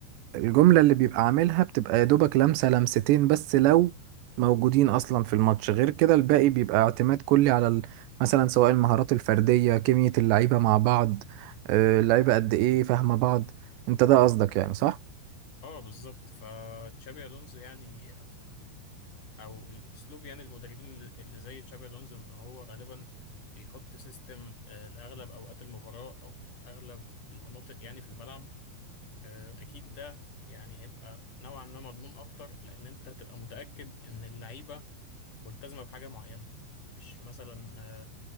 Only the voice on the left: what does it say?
اه بالظبط فتشابي الونزو يعني او الاسلوب يعني المدربين اللي اللي زي تشابي الونزو ان هو غالبا بيحط سيستم آه، لاغلب اوقات المباراه او اغلب المناطق يعني في الملعب آه، اكيد ده يعني هيبقى نوعا ما مضمون اكتر لان انت هتبقى متاكد ان اللعيبه ملتزمه بحاجه معينه مش مثلا آه،